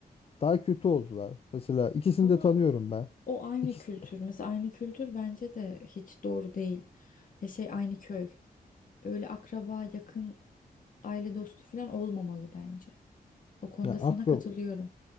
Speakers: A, on the left; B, on the left.
A: Daha kötü oldular. Mesela ikisini
B: Ama
A: de tanıyorum ben.
B: O aynı
A: İkisi
B: kültür.
A: de.
B: Mesela aynı kültür bence de hiç doğru değil. Ya şey aynı köy. Öyle akraba, yakın, aile dostu falan olmamalı bence. O konuda
A: Ya akrab.
B: sana katılıyorum.